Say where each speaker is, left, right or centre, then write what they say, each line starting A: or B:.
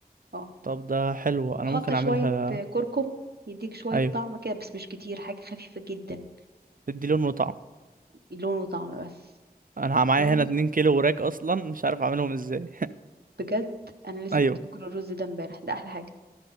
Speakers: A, on the right; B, on the right.
A: اه
B: طب ده حلو انا
A: وحط
B: ممكن
A: شوية
B: اعملها
A: آه، كركم يديك شوية
B: ايوه
A: طعم كده بس مش كتير حاجة خفيفة جدا
B: تدي لون وطعم
A: لون وطعم بس
B: انا معايا
A: ده
B: هنا 2 كيلو وراك اصلا مش عارف اعملهم ازاي
A: بجد انا لسه
B: <laughs> ايوه
A: كنت باكل الرز ده امبارح ده احلى حاجه